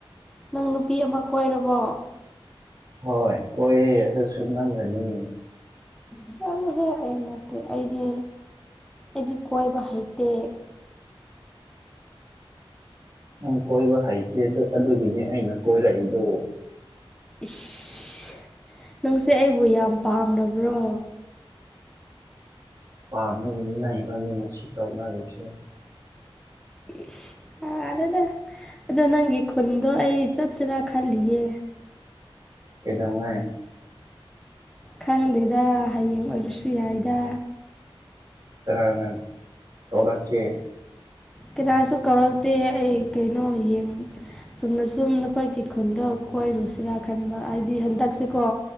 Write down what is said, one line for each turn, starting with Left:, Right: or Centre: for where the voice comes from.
Centre: ꯅꯪ ꯅꯨꯄꯤ ꯑꯃ ꯀꯣꯏꯔꯕꯣ
Right: ꯍꯣꯏ ꯀꯣꯏꯌꯦ ꯑꯗꯨꯁꯨ ꯅꯪꯒꯅꯦ
Centre: ꯆꯠꯂꯣꯍꯦ ꯑꯩ ꯅꯠꯇꯦ ꯑꯩꯗꯤ ꯑꯩꯗꯤ ꯀꯣꯏꯕ ꯍꯩꯇꯦ
Right: ꯅꯪ ꯀꯣꯏꯕ ꯍꯩꯇꯦ ꯑꯗꯨꯒꯤꯅꯤ ꯑꯩꯅ ꯀꯣꯏꯔꯛꯏꯗꫭ
Centre: ꯏꯁ ꯅꯪꯁꯦ ꯑꯩꯕꯨ ꯌꯥꯝ ꯄꯥꯝꯂꯥꯕ꯭ꯔꯣ
Right: ꯄꯥꯃꯦ ꯅꯪ ꯏꯕꯥꯅꯤ ꯉꯁꯤ ꯇꯧꯅꯥꯔꯤꯁꯦ
Centre: ꯏꯁ ꯌꯥꯔꯦꯗ ꯑꯗꯣ ꯅꯪꯒꯤ ꯈꯨꯟꯗꯣ ꯑꯩ ꯆꯠꯁꯤꯔꯥ ꯈꯜꯂꯤꯌꯦ
Right: ꯀꯩꯗꯧꯉꯩ
Centre: ꯈꯪꯗꯦꯗ ꯍꯌꯦꯡ ꯑꯣꯏꯔꯁꯨ ꯌꯥꯏꯗ
Right: ꯀꯅꯥꯅ ꯀꯧꯔꯛꯀꯦ
Centre: ꯀꯅꯥꯁꯨ ꯀꯧꯔꯛꯇꯦ ꯑꯩ ꯀꯩꯅꯣ ꯌꯦꯡ ꯆꯨꯝꯅꯁꯨꯝ ꯅꯈꯣꯏꯒꯤ ꯈꯨꯟꯗꯣ ꯀꯣꯏꯔꯨꯁꯤꯔꯥ ꯈꯟꯕ ꯍꯥꯏꯗꯤ ꯍꯟꯗꯛꯁꯤꯀꯣ